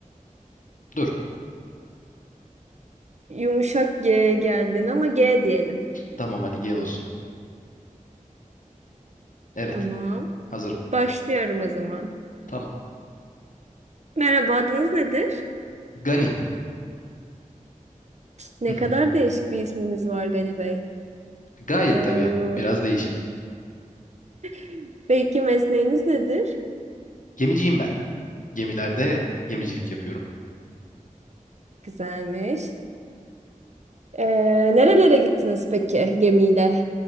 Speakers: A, on the left; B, on the right.
A: Dur.
B: Yumuşak G geldin ama G diyelim.
A: Tamam hadi G olsun. Evet.
B: Tamam.
A: Hazırım.
B: Başlıyorum o zaman.
A: Tamam.
B: Merhaba, adınız nedir?
A: Gani.
B: Ne
A: <laughs>
B: kadar değişik bir isminiz var Gani Bey.
A: Gayet
B: Ee,
A: tabii. Biraz değişik.
B: <laughs> peki mesleğiniz nedir?
A: Gemiciyim ben. Gemilerde gemicilik yapıyorum.
B: Güzelmiş. Ee, nerelere gittiniz peki gemiyle?